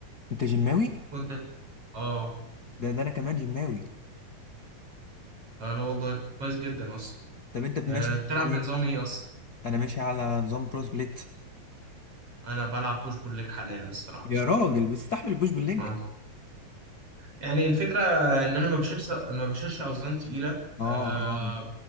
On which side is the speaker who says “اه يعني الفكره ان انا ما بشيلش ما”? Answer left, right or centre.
Right